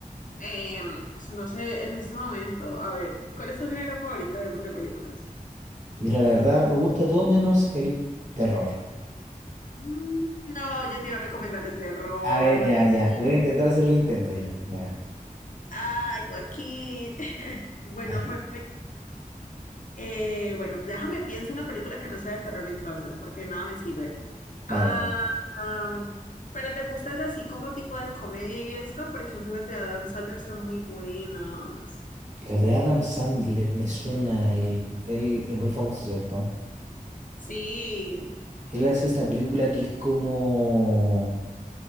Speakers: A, on the left; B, on the right.
A: eh, pues, no sé en este momento. A ver, ¿cuál es tu género favorito de de películas?
B: Mira, la verdad, me gusta todo menos el terror.
A: Mm, No, yo te iba a recomendar de terror,
B: A ver,
A: Joaquín.
B: ya, ya. Voy a intentar hacer el intento ya. Bueno,
A: Ay, Joaquín. <laughs> Bueno,
B: así.
A: pues, eh, bueno, déjame pienso una película que no sea de terror entonces, porque de nada me sirve.
B: Vale,
A: Ah,
B: vale.
A: am, pero te gustas así como tipo de comedia y esto, por ejemplo, las de Adam Sandler son muy buenas.
B: La de Adam Sandler me suena, él, él es muy famoso, ¿cierto?
A: Sí,
B: Él hace esta película que es como...